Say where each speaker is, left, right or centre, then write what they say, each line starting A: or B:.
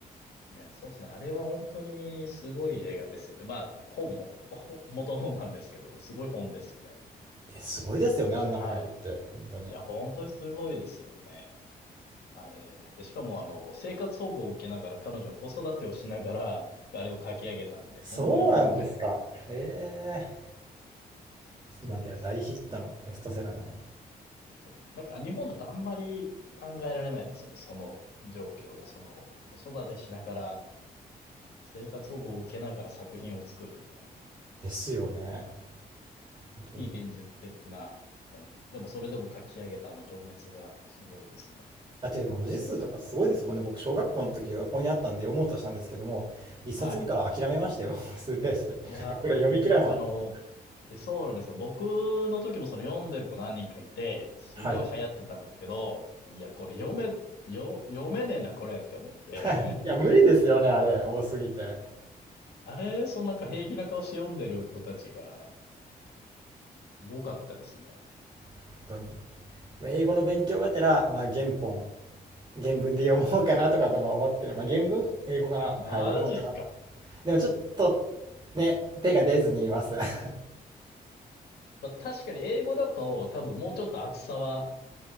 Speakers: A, on the left (about 80°); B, on the right (about 25°).
A: いや、そうですね。あれは本当にすごい映画ですよね。まあ、本も、ほ元本なんですけど、すごい本ですよね。
B: えすごいですよね、
A: あね、
B: あんなの書くって、
A: はい。
B: 本当に。
A: いや、本当にすごいですよね。あれ。で、しかも、あの、生活保護を受けながら、彼女は子育てをしながら、あれを書き上げたんで、
B: そうなんですか。
A: 本当にすごい。
B: へえ。
A: そうですね。
B: 今では大ヒットのベストセラーなのに。
A: そう。なんか日本だとあんまり考えられないですよね。その状況が、その子育てしながら生活保護を受けながら作品を作るみたいな。
B: ですよね。本当に。
A: 非現実的な感じ。でもそれでも書き上げたあの情熱がすごいですね。
B: だって文字数とかすごいですもんね。僕、小学校の時学校にあったんで読もうとしたんですけども、一冊目から諦めましたよ。
A: はい。
B: <laughs> 数ページで。
A: いや、
B: <laughs> これ読み切らんわと。
A: わかなんかあの、えそうなんですよ。僕の時もその読んでる子何人かいて、すごい流行ってたんですけど、
B: はい。
A: いや、これ読め、よ、読めねえな、これって思って。
B: いや、
A: <laughs>
B: 無理ですよね、あれ。多すぎて。
A: あれ、そのなんか平気な顔して読んでる子たちが、すごかったですね。
B: 本当に。英語の勉強がてら、まあ、原本、原文で読もうかなとかとも思ってる。まあ、原文英語かなはい、
A: マジっすか。
B: 読もうかな。でもちょっと、ね、手が出ずにいます。<laughs>
A: まあ、確かに英語だと多分もうちょっと厚さは